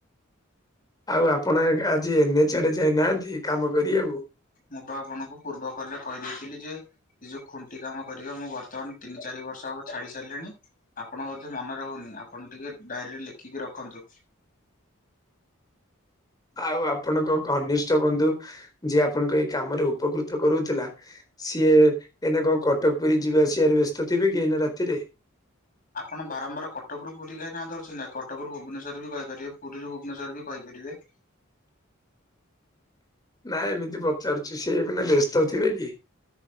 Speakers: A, on the left; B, on the left.
A: ଆଉ ଆପଣ ଆଜି ଏନେଚ ଆଡେ ଯାଇନାହାନ୍ତି କାମ କରିବାକୁ।
B: ମୁଁ ତ ଆପଣଙ୍କୁ ପୂର୍ବ କଲେ କହିଦେଇଥିଲି ଯେ ଏ ଯୋଉ ଖୁଣ୍ଟି କାମ କରିବ ମୁଁ ବର୍ତ୍ତମାନ ତିନି ଚାରି ବର୍ଷ ହବ ଛାଡି ସାରିଲିଣି। ଆପଣଙ୍କ ବଧେ ମନେ ରହୁନି ଆପଣ ଟିକେ ଡାଏରୀରେ ଲେଖିକି ରଖନ୍ତୁ।
A: ଆଉ ଆପଣଙ୍କ ଘନିଷ୍ଠ ବନ୍ଧୁ ଯିଏ ଆପଣଙ୍କ ଏଇ କାମରେ ଉପକୃତ କରୁଥିଲା। ସିଏ ଏଇନେ କଣ କଟକ ପୁରୀ ଯିବା ଆସିବାରେ ବ୍ୟସ୍ତ ଥିବେ କି ଏଇନେ ରାତିରେ।
B: ଆପଣ ବାରମ୍ବାର କଟକ ରୁ ପୁରୀ କାହିଁ ନାଁ ଧରିଛନ୍ତି କଟକ ରୁ ଭୁବନେଶ୍ୱର ବି କହିପାରିବେ। ପୁରୀରୁ ଭୁବନେଶ୍ୱର ବି କହିପାରିବେ।
A: ନାଇଁ ଏମିତି ପଚାରୁଛି ସିଏ ଏକିନା ବ୍ୟସ୍ତ ଥିବେ କି?